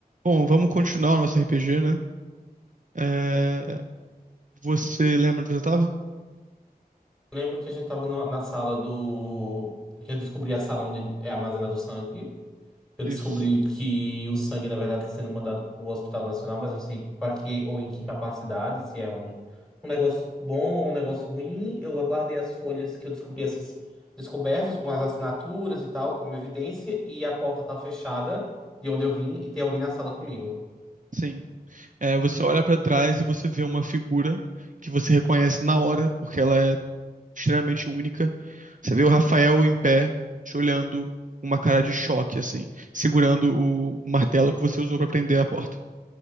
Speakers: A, on the right; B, in the centre.
A: Bom, vamos continuar o nosso RPG, né? É, Você lembra onde você estava?
B: Eu lembro que a gente tava no- na sala do. Que eu descobri a sala onde é armazenado o sangue. Eu
A: Isso.
B: descobri que o sangue, na verdade, está sendo mandado para o Hospital Nacional, mas não sei para que ou em que capacidade, se é um, um negócio bom ou um negócio ruim. Eu aguardei as folhas que eu descobri essas descobertas com as assinaturas e tal, como evidência, e a porta tá fechada de onde eu vim e tem alguém na sala comigo.
A: Sim. É, você olha pra trás e você vê uma figura que você reconhece na hora, porque ela é extremamente única. Você vê o Rafael em pé, te olhando, uma cara de choque, assim, segurando o o martelo que você usou pra prender a porta.